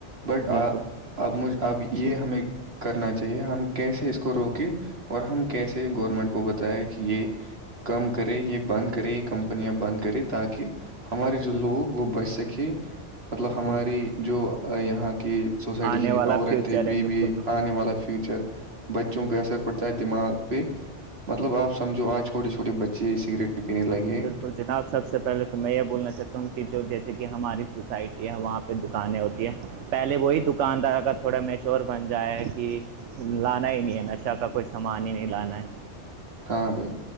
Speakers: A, on the right (about 55°); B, on the right (about 75°).
A: بٹ
B: بالکل
A: اب مجھ اب یہ ہمیں کرنا چاہیے ہم کیسے اس کو روکے اور ہم کیسے گورنمنٹ کو بتایا کہ یہ کم کرے یہ بند کرے یہ کمپنیاں بند کرے تاکہ ہمارے جو لوگ وہ بس سک کہ مطلب ہماری
B: بالکل
A: جو یہاں کی سوسائٹی
B: آنے
A: کی
B: والا
A: عورتیں
B: فیوچر
A: بی
B: ہے بالکل
A: بی
B: بالکل
A: ا <unintelligible> آنے والا فیوچر <unintelligible> بچوں پہ اثر پڑتا ہے دماغ پہ مطلب آپ سمجھو آج چھوٹے چھوٹے بچے سگریٹ پینے لگے
B: بالکل جناب <unintelligible> سب سے پہلے تو میں یہ بولنا چاہتا ہوں کہ جو جیسے کہ ہماری سوسائٹی ہے وہاں پہ دکانیں ہوتی ہیں <unintelligible> پہلے وہی دکاندار اگر تھوڑا میچور بن جائے کہ لانا ہی نہیں ہے نشہ کا کوئی سامان ہی نہیں لانا ہے
A: ہاں بھائی